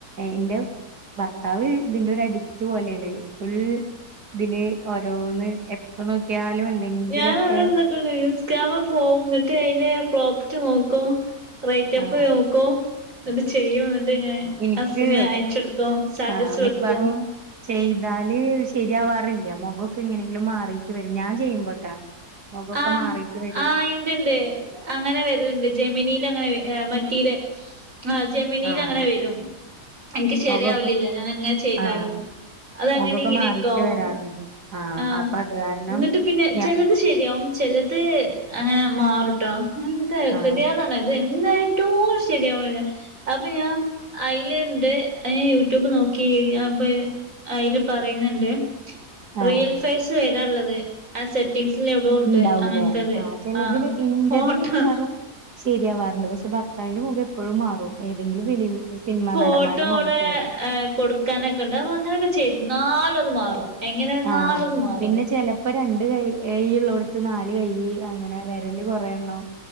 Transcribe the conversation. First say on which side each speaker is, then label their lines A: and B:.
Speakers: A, on the right; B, on the right.
A: എന്റെ ഭർത്താവ് ഇതിന്റെ ഒരു അഡിക്റ്റ് പോലെയാണ് ഫുൾ ഇതില് ഓരോന്ന് എപ്പ നോക്കിയാലും എന്തെങ്കിലൊക്കെ
B: ഞാന അതെിട്ട് ന്യൂസ്കാമ പോക എന്നിട്ട് അതിന്റെ പ്രോപ്പർട്ട നോക്കും റൈറ്റ് അപ്പ്
A: ആ
B: നോക്കുവോ എന്ന് ചെയ്യോ എന്ന് നെ
A: എനിക്ക്
B: അസിനെ അയച്ചെടുക്കും സാജസ്
A: ആ മിക്കവാറും
B: വെക്കും
A: ചെയ്താല് ശരിയാവാറില്ല മുഖൊക്കെ എങ്ങനെങ്കിലും മാറിട്ട് വരും ഞാൻ ചെയ്യുമ്പോട്ടാ മുഖൊക്കെ
B: ആ്
A: മാറിട്ട് വരും
B: ആ ഇണ്ട്ണ്ട് അങ്ങനെ വരതുണ്ട് ജെമിനീൽ അങ്ങനെ മറ്റയിലെ ആ ജെമനിയിൽ
A: ആ
B: അങ്ങനെ വരും എനിക്ക് ശരിയാവലില്ല
A: മുഖൊക്കെ
B: ഞാാന എങ്ങനെ ചെയ്താലും
A: ആ
B: അതങ്ങനെ
A: മുഖൊക്കെ
B: ഇങ്ങനെയൊക്കെ
A: മാറിട്ട്
B: ആവുംും
A: വരാറുണ്ട് ആ
B: ആഹ
A: അപ്പൊ അത് കാരണം
B: എന്നിട്ട് പിന്നെ
A: ഞ
B: ചിലത് ശരി യാ ചെിലത് അങ്ങനെ മാറൂട്ടോതിയാതണോത്
A: ആ
B: ഇ ഏറ്റവും ശരിയാവണ അപ്പൊ ഞാൻ അലുണ്ട് അ യൂട്യൂബ് നോക്കി അപ്പൊ അതില് പറയുന്നുണ്ട്
A: ആ
B: റിയൽ ഫൈസ് വരാനുള്ളത് ആ സെറ്റിംഗ എവിട ഉണ്ട്
A: ഉണ്ടാവൂലേ
B: അങ്ങനത്തത്
A: ചിലതില്
B: ആ
A: ഇന്റത്
B: ഫോട്ടോ
A: മിക്കവാറും ശരിയാവാറുണ്ട് പക്ഷെ ഭർത്താവിന്റെ മുഖം എപ്പോഴും മാറും ഏതെങ്കിലും ഫിലിം സിനിമാ
B: ഫോട്ടോ
A: നടന്മാരുടെ മുഖൊക്കെ
B: അവിടെ
A: വരും
B: കൊടുക്കാനൊക്കെ ഉണ്ട് അ അങ്ങനെയൊക്കെ ചെയ് ന്നാലത് മാറും എങ്ങനെ വന്നാലും
A: ആ
B: അത് മാറും
A: പിന്നെ ചെലപ്പോ ര ണ്ട് കൈ എയ്യി ള്ളോട്ത്ത് നാല് കൈയ്യ് അങ്ങനെ വെരല് കൊറെണ്ണം